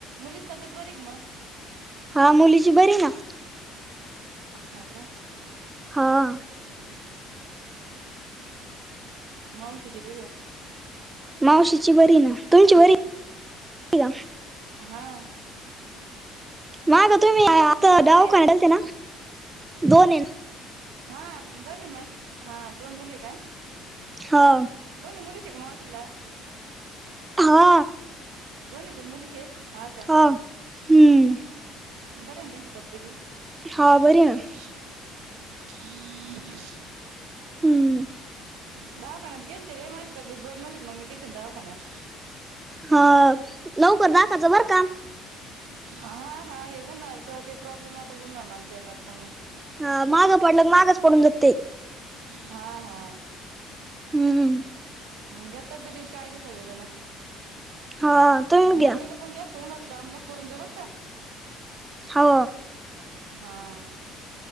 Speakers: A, on the right; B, on the right.
A: मूलीची तब्येत बरी हांय कां मगं
B: हां मुलीची बरी आहे नां
A: हां कायं
B: हान
A: हम्मं मावशीची तुझ्यां
B: मावशीची बरी आहे नां तुमची बरी आहे कां
A: हां
B: मागं तुम्हीं
A: मावशीला
B: आंता
A: किती मुली
B: दवाखान्यात
A: आहे
B: गेलत्यांनां दोन ये
A: हां बरे आहे माझी हां दोन मुली आहे कां
B: हो
A: दोन मुली चं आहे कां मावशीला
B: हो
A: दोन्ही पणं मुलीचे हायंत हां कान
B: हं हम्मं
A: बरी हांय नां त्यांची तब्येती ख
B: हा बरी ना
A: ख
B: हम्म
A: <inaudible> <unintelligible> दावाखान्यांत गेलंते रे माझी तब्येत मगं मी गेलंते नां दावाखान्यांत
B: हं लवकरं दखायचं बरं कां
A: हां हां हे बघायचं ते प्रॉब्लेम आंता ऊनंणांर त्यांना मगं
B: हां मागं पडलं की मागंज पोडुंन जातंय ते
A: हां हां
B: हम्मं
A: हां तब्यतीची काऴजी सगळेजणं
B: हा तुम्ही घ्या
A: मम्मीलां पणं जास्तं जास्तं ऊनांत कामं नको करूंन देऊंल बरं कां
B: हो
A: हां